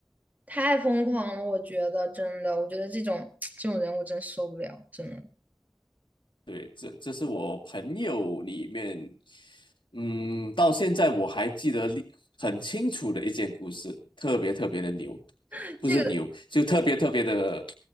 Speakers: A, on the right (about 20°); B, on the left (about 80°).
A: 太疯狂了！我觉得真的，我觉得这种这种人我真受不了，真的。
B: 对，这这是我朋友里面，嗯，到现在我还记得历很清楚的一件故事，特别特别的牛，
A: <laughs>
B: 不是牛，
A: 这个
B: 就特别特别的